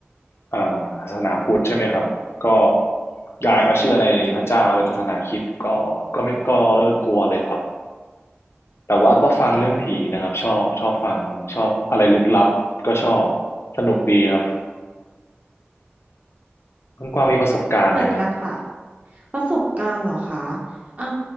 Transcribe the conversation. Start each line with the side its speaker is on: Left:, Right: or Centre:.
Left: เอ่อศาสนาพุทธใช่ไหมครับก็ย้ายมาเชื่อในพระเจ้าเป็นศาสนาคริสต์ก็ก็ไม่ก็เลิกกลัวเลยครับ
Right: ค่ะ
Left: แต่ว่าก็ฟังเรื่องผีนะครับชอบชอบฟังชอบอะไรลึกลับก็ชอบ
Right: อืม
Left: สนุกดีครับคุณกวางมีประสบการณ์ไหมฮะ
Right: เหมือนกันค่ะประสบการณ์เหรอคะอ่า